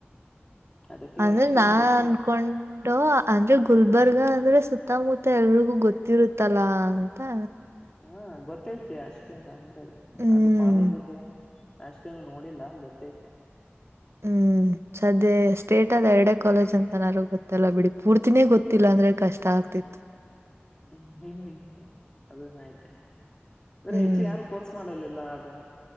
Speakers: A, on the left; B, on the right.
A: ಅದಕ್ಕೆ
B: ಅದನ್
A: ಅಷ್ಟೇನು
B: ನಾ
A: ಗೊತ್ತಿಲ್ಲ
B: ಅನ್ಕೊಂ ಟೋ ಅಂದ್ರೆ ಗುಲ್ಬರ್ಗ ಅಂದ್ರೆ ಸುತ್ತಮುತ್ತ ಎಲ್ರಿಗೂ ಗೊತ್ತಿರುತ್ತಲ್ಲಾ ಅಂತಾ
A: ಹೂ ಗೊತ್ತೈತಿ ಅಷ್ಟೇ ಆದ್ರ
B: ಹ್ಮ್
A: ಅದು ಕಾಲೇಜ್ ಬಗ್ಗೆ ಅಷ್ಟೇನು ನೋಡಿಲ್ಲಾ ಗೊತ್ತೈತೆ ಅಷ್ಟ
B: ಹ್ಮ. ಸದ್ಯ ಸ್ಟೇಟ ಅದ ಎರಡೆ ಕಾಲೇಜ್ ಅಂತನಾರು ಗೊತ್ತಲ್ಲ ಬಿಡಿ ಪೂರ್ತಿನೇ ಗೊತ್ತಿಲ್ಲ ಅಂದ್ರೆ ಕಷ್ಟ ಆಗ್ತಿತ್ತು.
A: ಹ್ಮ್ ಹ್ಮ ಅದನ್ ಆಯ್ತ ಬೆರೆ
B: ಹ್ಮ್
A: ಹೆಚ್ಚಿಗ ಯಾರು ಕೋರ್ಸ್ ಮಾಡಲಿಲ್ಲ ಅದು